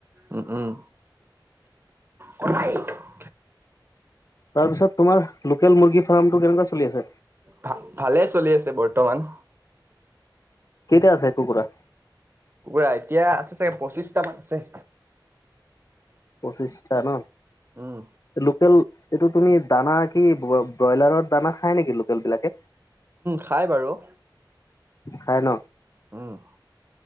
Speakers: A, on the right; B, on the left.
A: উম উম। কায় <inaudible>
B: তাৰপিছত তোমাৰ লোকেল মুৰ্গী ফাৰ্মটো কেনেকুৱা চলি আছে?
A: ভা - ভালে চলি আছে বৰ্তমান।
B: কেইতা আছে কুকুৰা?
A: কুকুৰা এতিয়া আছে চাগে পঁচিশটামান আছে।
B: পঁচিছটা ন।
A: উম,
B: লোকেল এইটো তুমি দানা কি ব্ৰইলাৰত দানা খাই নেকি লোকেল বিলাকে।
A: খাই বাৰু
B: খাই ন
A: উম